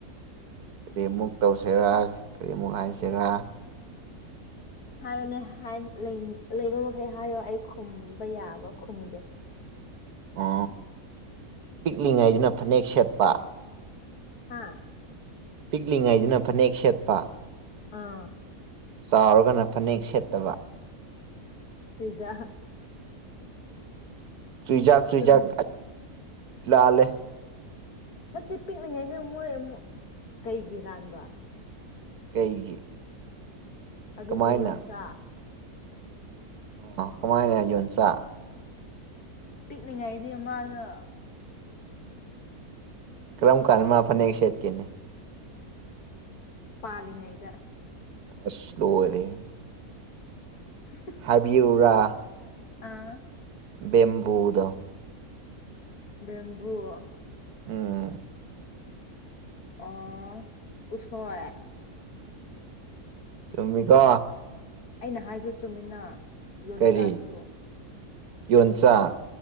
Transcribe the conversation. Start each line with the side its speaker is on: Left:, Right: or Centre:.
Right: ꯀꯔꯤꯃꯨꯛ ꯇꯧꯁꯤꯔꯥ ꯀꯔꯤꯃꯨꯛ ꯍꯥꯏꯁꯤꯔꯥ
Left: ꯍꯥꯏꯌꯨꯅꯦ ꯍꯥꯏ ꯂꯩꯕ ꯃꯈꯩ ꯍꯥꯏꯌꯣ ꯑꯩ ꯈꯨꯝꯕ ꯌꯥꯕ ꯈꯨꯝꯒꯦ
Right: ꯎ ꯄꯤꯛꯂꯤꯉꯩꯗꯅ ꯐꯅꯦꯛ ꯁꯦꯠꯄ
Left: ꯍꯥ
Right: ꯄꯤꯛꯂꯤꯉꯩꯗꯅ ꯐꯅꯦꯛ ꯁꯦꯠꯄ
Left: ꯑꯥ
Right: ꯆꯥꯎꯔꯒꯅ ꯐꯅꯦꯛ ꯁꯦꯠꯇꯕ
Left: ꯆꯨꯢꯖꯥꯛ
Right: ꯆꯨꯏꯖꯥꯛ ꯆꯨꯏꯖꯥꯛ
Left: ꯆꯨꯝ
Right: ꯂꯜꯂꯦ
Left: ꯅꯠꯇꯦ ꯄꯤꯛꯂꯤꯉꯥꯏꯗ ꯃꯣꯏ ꯑꯃꯨꯛ ꯀꯩꯒꯤ ꯂꯥꯟꯕ
Right: ꯀꯩꯒꯤ
Left: ꯑꯗꯨꯗꯤ
Right: ꯀꯃꯥꯏꯅ
Left: ꯌꯣꯟꯆꯥꯛ
Right: ꯑꯣ ꯀꯃꯥꯢꯅ ꯌꯣꯟꯆꯥꯛ
Left: ꯄꯤꯛꯂꯤꯉꯩꯗꯤ ꯃꯥꯗꯣ
Right: ꯀ꯭ꯔꯝꯀꯥꯟꯃꯥ ꯐꯥꯅꯦꯛ ꯁꯦꯠꯀꯦ
Left: ꯄꯥꯂꯤꯉꯩꯗ
Right: ꯑꯁ ꯂꯣꯏꯔꯦꯍꯦ
Left: <inaudible>
Right: ꯍꯥꯏꯕꯤꯌꯨꯔꯥ
Left: ꯑꯥ
Right: ꯕꯦꯝꯕꯨꯨꯗꯣ
Left: ꯕꯦꯝꯕꯨꯨ
Right: ꯎꯝ
Left: ꯑꯣ ꯎꯁꯣꯏ
Right: ꯆꯨꯝꯃꯤꯀꯣ
Left: ꯑꯩꯅ ꯍꯥꯏꯕꯁꯨ ꯆꯨꯝꯃꯤꯅ ꯌꯣꯟꯆꯥꯛꯁꯨ
Right: ꯀꯔꯤ ꯌꯣꯟꯆꯥꯛ